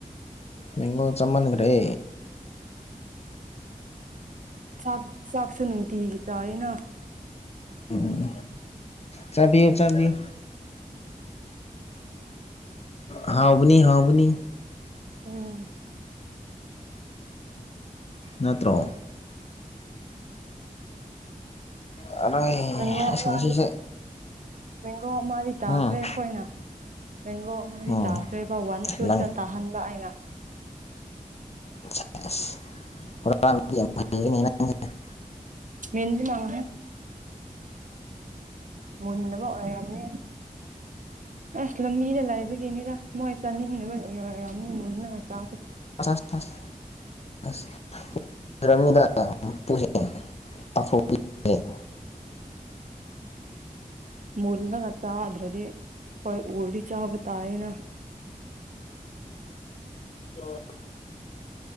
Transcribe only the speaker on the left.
ꯃꯦꯡꯒꯣ ꯆꯥꯃꯟꯒ꯭ꯔꯦ
ꯎꯝ ꯆꯥꯕꯤꯌꯨ ꯆꯥꯕꯤꯎ ꯑꯍꯥꯎꯕꯅꯤ ꯍꯥꯎꯕꯅꯤ
ꯅꯠꯇ꯭ꯔꯣ ꯑꯣꯏ
ꯑꯩꯁ
ꯉꯁꯤꯁꯦ
ꯎꯝ
ꯎꯝ
ꯂꯪ
<unintelligible>
<unintelligible> <unintelligible> <inaudible>
ꯑꯣ